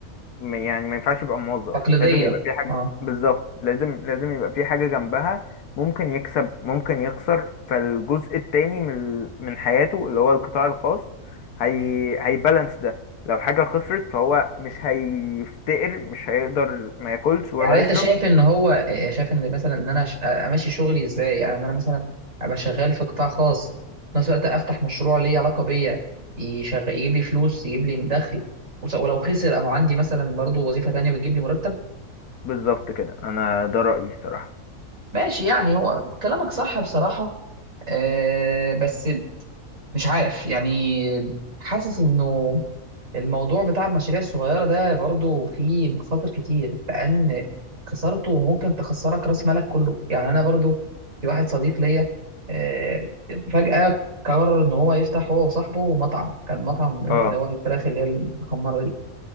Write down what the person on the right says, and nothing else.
تقليدية
اه
يعني انت
شايف ان هو آه، شايف ان مثلا ان انا أش- آه، امشي شغلي ازاي يعني ان انا مثلا ابقى شغال في قطاع خاص في نفس الوقت افتح مشروع ليه علاقه بيا يشغل يجيب لي فلوس يجيب لي دخل وس- ولو خسر او عندي مثلا برضو وظيفه تانية بتجيب لي مرتب
ماشي يعني هو كلامك صح بصراحه آه، بس مش عارف يعني حاسس انه الموضوع بتاع المشاريع الصغيرة ده برضو فيه مخاطر كتير لأن خسارته ممكن تخسرك رأس مالك كله يعني أنا برضو في واحد صديق ليا آه، فجأة قرر إن هو يفتح هو وصاحبه مطعم كان مطعم اللي
هو الفراخ اللي هي المحمرة دي